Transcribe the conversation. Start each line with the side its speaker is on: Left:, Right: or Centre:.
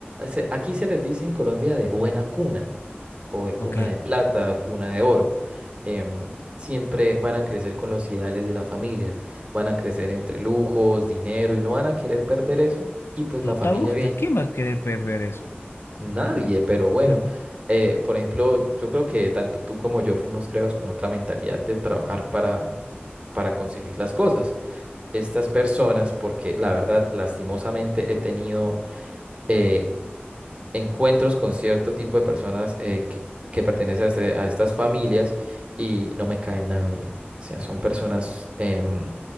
Right: se- aquí se les dice en Colombia de buena cuna o de
Left: Ok,
Right: cuna de plata, cuna de oro, em, siempre van a crecer con los ideales de la familia, van a crecer entre lujos, dinero y no van a querer perder eso y pues
Left: total,
Right: la familia
Left: gusta,
Right: viene.
Left: ¿quién va a querer perder eso?
Right: Nadie, pero bueno,
Left: <laughs>
Right: eh, por ejemplo, yo creo que tanto tú como yo fuimos creados con otra mentalidad de trabajar para, para conseguir las cosas. Estas personas, porque la verdad, lastimosamente he tenido eh, encuentros con cierto tipo de personas eh, que, que pertenecen a, este- a estas familias y no me caen nada bien. O sea, son personas em,